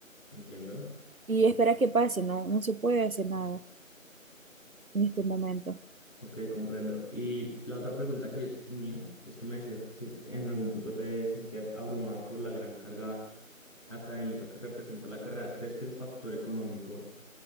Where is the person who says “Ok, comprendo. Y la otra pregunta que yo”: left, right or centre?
Centre